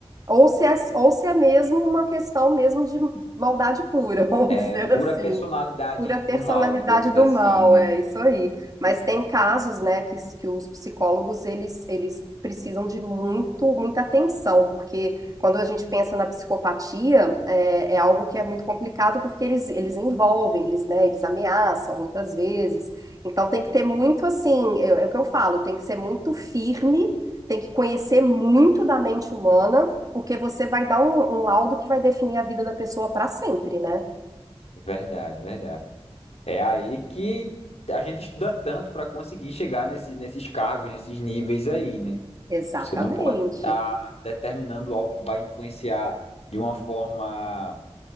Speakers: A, on the right (about 35°); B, on the left (about 80°).
A: Ou se é, ou se é mesmo uma questão mesmo de maldade pura, <laughs> vamos
B: É
A: dizer
B: pura
A: assim,
B: personalidade
A: Pura personalidade
B: do mal, digamos
A: do
B: assim,
A: mal,
B: né?
A: é isso aí. Mas tem casos, né, que, s- que os psicólogos, eles, eles precisam de muito, muita atenção, porque quando a gente pensa na psicopatia, é, é algo que é muito complicado, porque eles, eles envolvem, eles, né, eles ameaçam muitas vezes. Então tem que ter muito, assim, é, é o que eu falo, tem que ser muito firme, tem que conhecer muito da mente humana, porque você vai dar um, um laudo que vai definir a vida da pessoa para sempre, né?
B: Verdade, verdade. É aí que a gente estuda tanto para conseguir chegar nesse, nesses cargos, nesses níveis aí, né?
A: Exatamente.
B: Você não pode estar determinando algo que vai influenciar de uma forma